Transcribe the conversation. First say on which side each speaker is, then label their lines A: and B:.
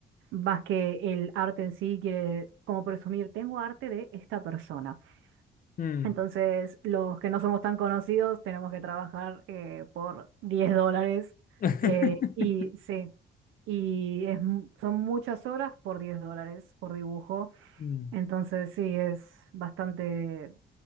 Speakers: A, on the right; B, on the left.
A: más que el arte en sí, quiere como presumir, tengo arte de esta persona.
B: Mm.
A: Entonces, los que no somos tan conocidos tenemos que trabajar eh, por 10 dólares.
B: <laughs>
A: eh, y sí, y es mu- son muchas horas por 10 dólares por dibujo.
B: Mm.
A: Entonces, sí, es bastante,